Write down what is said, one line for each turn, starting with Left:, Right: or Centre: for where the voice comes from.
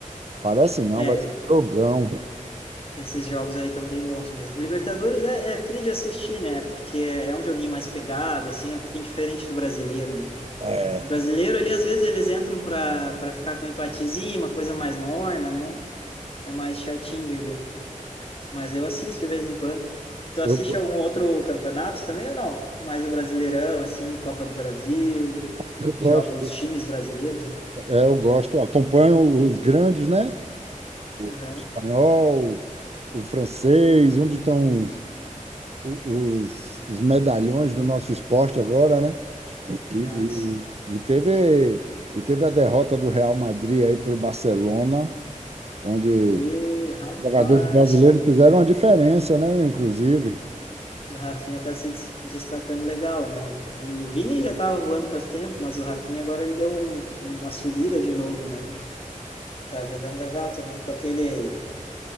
Right: Parece não,
Left: É,
Right: vai ser um jogão.
Left: Esses jogos aí estão bem bons mesmo. Libertadores é, é tri de assistir, né? Porque é um joguinho mais pegado, assim, é um pouquinho diferente do brasileiro, né?
Right: É,
Left: O brasileiro, ali, às vezes, eles entram para para ficar com um empatezinho, uma coisa mais morna, né? É mais chatinho de ver. Mas eu assisto de vez em quando. Tu assiste
Right: eu,
Left: algum outro campeonato também ou não? Mais o Brasileirão, assim, Copa do Brasil,
Right: eu gosto,
Left: jo- os times brasileiros, né?
Right: é, eu gosto, acompanho os grandes, né? O
Left: Aham.
Right: espanhol, o francês, onde estão os, os os medalhões do nosso esporte agora, né? E,
Left: Ah, sim.
Right: e- e teve, e teve a derrota do Real Madrid aí para o Barcelona, onde
Left: E, rapaz.
Right: jogadores brasileiros fizeram uma diferença, né? Inclusive,
Left: E o Rafinha tá se des- destacando legal, né? O Vini já tava voando faz tempo, mas o Rafinha agora ele deu um- uma subida de novo, né? Tá jogando legal também com aquele...